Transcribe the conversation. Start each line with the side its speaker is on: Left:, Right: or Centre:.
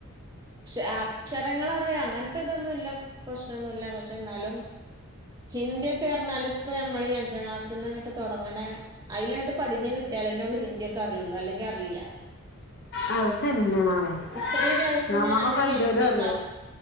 Right: ക്ഷ അക്ഷരങ്ങൾ അറിയാം അങ്ങനത്തെ ഇതൊന്നുംല്ല പ്രശ്നമൊന്നുമല്ല പക്ഷെ എന്നാലും ഹിന്ദിയൊക്കെ അറിഞ്ഞാൽ ഇപ്പ നമ്മൾ ഈ അഞ്ചാം ക്ലാസ്സിൽന്ന് അങ്ങോട്ട് തുടങ്ങണേ അയിൽ അങ്ങോട്ട് പടിഞ്ഞഞ് കിട്ടിയാലെന്നേ ഉള്ളൂ ഹിന്ദിക്കെ അറിയുള്ളു അല്ലെങ്കി അറിയില്ല
Left: ആ ശരി തന്നെ മോളെ
Right: ഇത്രയും ദിവസം
Left: നമുക്കൊക്കെ
Right: എഞ്ഞാൽ നമ്മള്
Left: എന്തേലും
Right: എൽ പി
Left: അറിയോ
Right: ക്ലാസ്